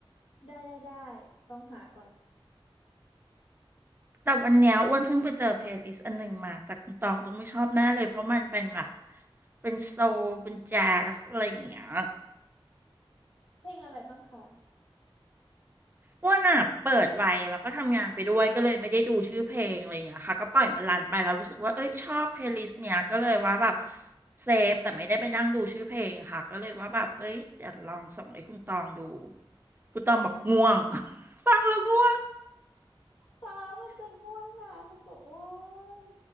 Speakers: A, on the left (about 65°); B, on the right (about 20°).
A: ได้ได้ได้ต้องหาก่อน
B: แต่วันเนี้ยอ้วนเพิ่งไปเจอเพลย์ลิสต์อันหนึ่งมา แต่คุณตองต้องไม่ชอบแน่เลยเพราะมันเป็นแบบเป็นโซลเป็นแจ๊สอะไรอย่างเงี้ย
A: เพลงอะไรบ้างคะ
B: อ้วนอ่ะเปิดไว้แล้วก็ทำงานไปด้วยก็เลยไม่ได้ดูชื่อเพลงอะไรอย่างเงี้ยค่ะก็ปล่อยมันรันไปแล้วรู้สึกว่าเอ้ยชอบเพลย์ลิสต์เนี้ยก็เลยว่าแบบเซฟแต่ไม่ได้ไปนั่งดูชื่อเพลงค่ะก็เลยว่าแบบเอ้ยเดี๋ยวลองส่งให้คุณตองดูคุณตองบอกง่วง <laughs> ฟังแล้วง่วง
A: ฟัง้ามันจะง่วงนะคุณตัวอ้วน